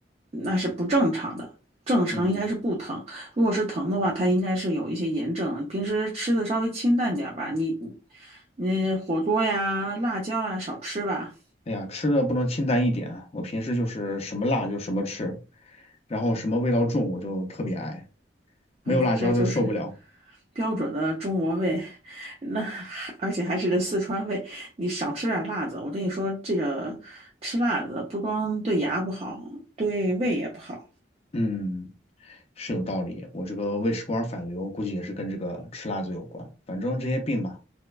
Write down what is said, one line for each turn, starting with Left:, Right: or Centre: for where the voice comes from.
Right: 那是不正常的。正常应该是不疼，
Left: 嗯，
Right: 如果是疼的话，它应该是有一些炎症。平时吃的稍微清淡点儿吧，你你火锅呀、辣椒啊少吃吧。
Left: 哎呀，吃的不能清淡一点啊我平时就是什么辣就什么吃，然后什么味道重我就特别爱，
Right: 啊你这就是
Left: 没有辣椒就受不了。
Right: 标准的中国胃，那还而且还是个四川胃。你少吃点辣子，我跟你说，这个吃辣子不光对牙不好，对胃也不好。
Left: 嗯。是有道理。我这个胃食管反流估计也是跟这个吃辣子有关。反正这些病吧，